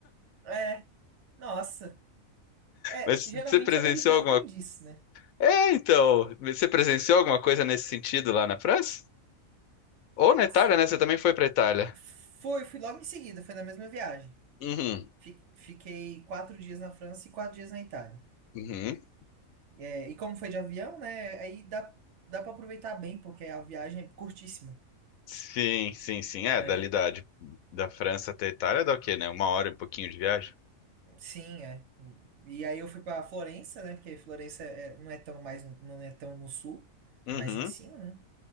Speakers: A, on the right; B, on the left.
A: É, nossa. É,
B: Mas
A: geralmente
B: você presenciou
A: americano
B: alguma...
A: tem disso, né?
B: É, então, você presenciou alguma coisa nesse sentido lá na França? Ou na
A: Se-
B: Itália, né? Você também foi para Itália.
A: Foi, fui logo em seguida, foi na mesma viagem.
B: Uhum,
A: Fi- Fiquei quatro dias na França e quatro dias na Itália.
B: uhum.
A: É, e como foi de avião, né? Aí dá, dá para aproveitar bem, porque a viagem é curtíssima.
B: Sim, sim, sim. É,
A: É,
B: dali da, de- da França até a Itália dá o quê, né? Uma hora e um pouquinho de viagem.
A: sim, é. E aí eu fui para Florença, né? Porque Florença é- é, não é tão mais, não é tão no sul,
B: Uhum.
A: é mais em cima, né?